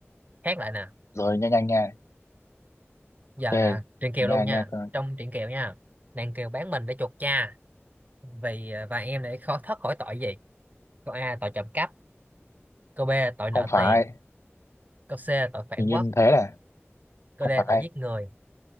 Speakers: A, on the right; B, on the left.
A: khác lại nè
B: rồi nhanh nhanh nha
A: giờ
B: ok
A: là truyện kiều
B: nha
A: luôn nha
B: nha
A: trong truyện kiều nha nàng kiều bán mình để chuộc cha vì và em để khó thoát khỏi tội gì câu a tội trộm cắp câu b tội nợ
B: không phải
A: tiền câu c tội phản
B: hình như
A: quốc
B: thế là
A: câu
B: không
A: d
B: phải
A: tội giết người